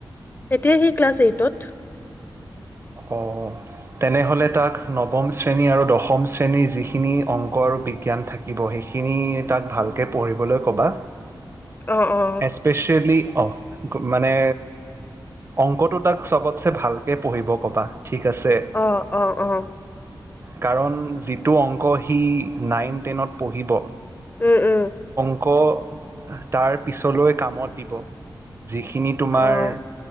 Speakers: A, on the left (about 25°); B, on the right (about 35°).
A: এতিয়া সি ক্লাছ এইটত
B: অ তেনেহ'লে তাক নৱম শ্ৰেণী আৰু দশম শ্ৰেণীৰ যিখিনি অংক আৰু বিজ্ঞান থাকিব সেইখিনি তাক ভালকে পঢ়িবলৈ ক'বা ।
A: অ' অ'।
B: এস্পেচেলি অঁ মানে অংকটো তাক চবতছে ভালকৈ পঢ়িব ক'বা ঠিক আছে
A: আহ অ অহ
B: কাৰণ যিটো অংক সি নাইন টেনত পঢ়িব
A: উম উম
B: আকৌ তাৰ পিছলৈ কামত দিব যিখিনি তোমাৰ
A: অ',